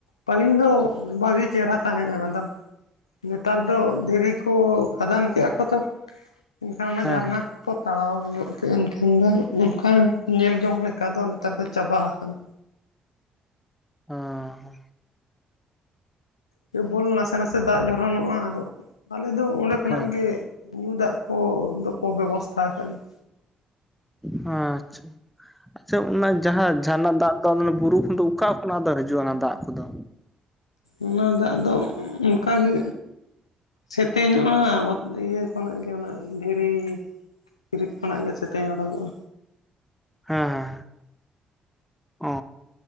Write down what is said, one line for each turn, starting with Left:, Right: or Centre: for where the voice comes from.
Left: ᱯᱟᱹᱦᱤᱞ ᱫᱚ ᱵᱷᱟ. ᱜᱤ ᱪᱮᱨᱦᱨᱟ ᱛᱟᱦᱮᱸᱜᱼᱟ ᱟᱫᱚ ᱱᱮᱛᱟᱨ ᱫᱚ ᱫᱷᱤᱨᱤ ᱠᱚ ᱠᱷᱟᱫᱟᱱ ᱠᱮᱫᱼᱟ ᱠᱚ ᱛᱚ ᱮᱱᱠᱷᱟᱱ ᱚᱱᱟ
Centre: ᱦᱮᱸ
Left: ᱡᱷᱟᱨᱱᱟ
Centre: ᱦᱮᱸ
Left: ᱠᱚᱠᱚ ᱛᱟᱲᱟᱣ ᱧᱚᱜ ᱠᱮᱫ ᱮᱱᱠᱷᱟᱱ ᱫᱚ ᱚᱱᱠᱟ ᱧᱮᱞ ᱡᱚᱝ ᱞᱮ ᱚᱱᱠᱟ ᱫᱚ ᱱᱮᱛᱟᱨ ᱫᱚ ᱪᱟᱵᱟ ᱟᱠᱟᱱᱟ
Centre: ᱦᱮᱸ
Left: ᱠᱮᱵᱚᱞ ᱱᱟᱥᱮ ᱱᱟᱥᱮ ᱫᱟᱜ ᱡᱷᱚᱨᱚᱱᱚᱜᱼᱟ ᱟᱫᱚ ᱟᱞᱮ ᱫᱚ ᱚᱸᱰᱮ ᱠᱷᱚᱱᱟᱜ
Centre: ᱦᱮᱸ
Left: ᱜᱮ ᱧᱩ ᱫᱟᱜ ᱠᱚᱫᱚ ᱠᱚ ᱵᱮᱵᱚᱥᱛᱷᱟ ᱟᱠᱟᱫ ᱞᱮᱭᱟ
Centre: ᱦᱟᱸ ᱟᱪᱪᱷᱟ ᱟᱪᱪᱷᱟ ᱚᱱᱟ ᱡᱟᱦᱟᱸ ᱡᱷᱟᱨᱱᱟᱜ ᱫᱟᱜ ᱫᱚ ᱛᱚ ᱵᱩᱨᱩ ᱠᱷᱚᱱ ᱫᱚ ᱚᱠᱟ ᱠᱷᱚᱱᱟᱜ ᱫᱚ ᱦᱤᱡᱩᱜᱼᱟ ᱚᱱᱟ ᱫᱟᱜ ᱠᱚᱫᱚ
Left: ᱚᱱᱟ ᱫᱟᱜ ᱫᱚ ᱚᱱᱠᱟ ᱜᱮ ᱥᱮᱛᱮᱧᱚᱜᱼᱟ ᱚᱛ ᱤᱭᱟᱹ ᱩᱱᱟᱜ ᱜᱮ ᱩᱱᱟᱜ ᱫᱷᱤᱨᱤ ᱪᱤᱨᱤᱡ ᱠᱷᱚᱱᱟᱜ ᱜᱮ ᱥᱮᱛᱮᱧ ᱩᱰᱩᱠᱚᱜᱼᱟ
Centre: ᱦᱮᱸ ᱦᱮᱸ ᱚᱻ